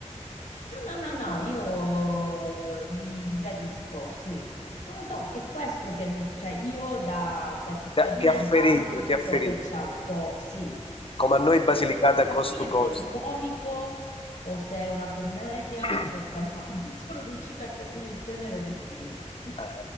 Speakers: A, on the left; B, on the left.
A: No, no, no, no, io li, li gradisco, sì. Non lo so, è questo che, cioè, io da, da cittadina
B: Ti ha ti ha
A: di
B: ferito,
A: Palmi dico
B: ti ha ferito.
A: che c'è un po', sì,
B: Come a noi Basilicata
A: non riesco a capire
B: cost to cost.
A: se è un comico o se è una commedia
B: <clears throat>
A: o se è dramma, <laughs> non sono riuscita a capire il genere del film. <laughs>
B: Eh,